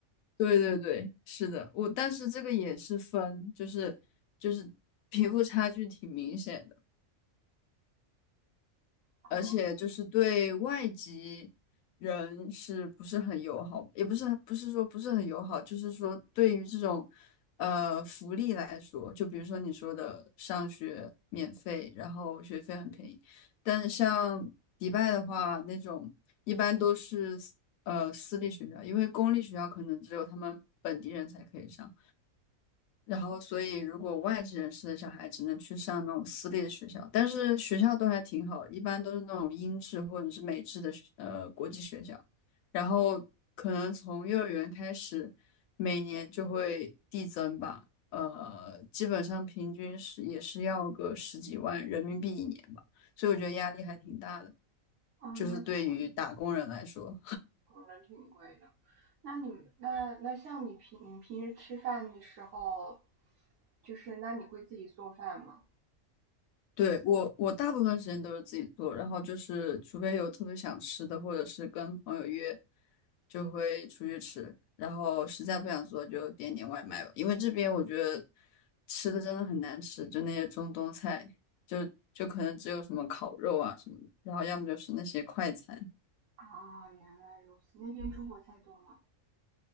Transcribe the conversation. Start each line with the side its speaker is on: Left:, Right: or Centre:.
Left: 对对对，是的，我但是这个也是分，就是就是贫富差距挺明显的。
Right: 哦，
Left: 而且就是对外籍人是不是很友好，也不是不是说不是很友好，就是说对于这种呃福利来说，就比如说你说的上学免费，然后学费很便宜，但是像迪拜的话，那种一般都是私呃私立学校，因为公立学校可能只有他们本地人才可以上，然后，所以如果外籍人士的小孩只能去上那种私立的学校，但是学校都还挺好，一般都是那种英制或者是美制的学呃国际学校。然后可能从幼儿园开始，每年就会递增吧，呃，基本上平均是也是要个十几万人民币一年吧，所以我觉得压力还挺大的，
Right: 哦，
Left: 就是对于打工人来说。
Right: 那挺。那挺贵的。那你们那那像你平平时吃饭的时候，就是那你会自己做饭吗？
Left: 对，我，我大部分时间都是自己做，然后就是除非有特别想吃的，或者是跟朋友约，就会出去吃。然后实在不想做，就点点外卖吧。因为这边我觉得吃的真的很难吃，就那些中东菜，就就可能只有什么烤肉啊什么的，然后要么就是那些快餐。
Right: 啊，原来如此。那边中国菜多吗？